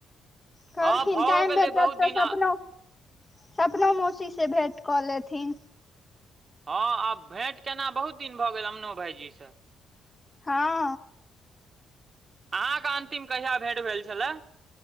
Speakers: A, on the left (about 20°); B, on the right (about 40°).
A: कहलखिन
B: हँ भओ
A: टाइम
B: गेलै
A: भेटत
B: बहुत
A: तऽ
B: दिन हँ
A: अखनो सपना मौसीसँ भेँट कऽ लेथिन
B: हँ आब भेंट केना बहुत दिन भऽ गेल अमनो भायजी से
A: हँ
B: अहाँके अंतिम कहिया भेंट भेल छलए